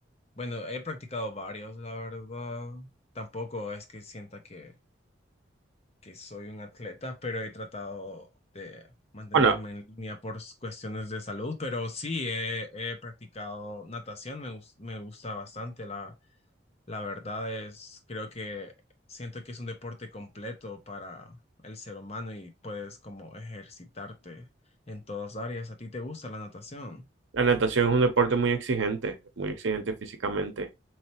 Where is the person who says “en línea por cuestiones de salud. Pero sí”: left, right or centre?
Left